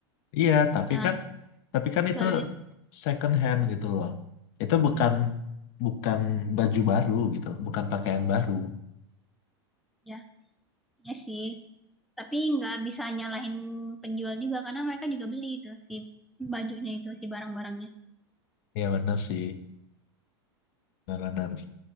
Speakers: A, on the left; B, in the centre.
A: Iya, tapi
B: Nah,
A: kan tapi kan itu
B: barunya
A: second hand gitu loh. Itu bukan bukan baju baru gitu loh, bukan pakaian baru.
B: ya, ya sih. Tapi nggak bisa nyalahin penjual juga karena mereka juga beli itu si bajunya itu si barang-barangnya
A: Ya benar sih, benar-benar.